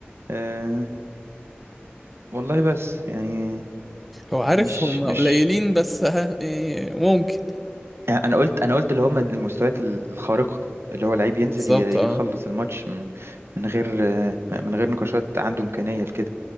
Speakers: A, on the right; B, in the centre.
A: آه، والله بس يعني
B: هو عارف
A: مش
B: هم قليلين
A: مش
B: بس <laughs> ها يعني ممكن
A: يعني انا قلت انا قلت اللي هم المستويات الخارقه اللي هو لعيب ينزل
B: بالظبط
A: ي-
B: اه
A: يخلص الماتش من من غير آه، من غير نقاشات عنده امكانيه لكده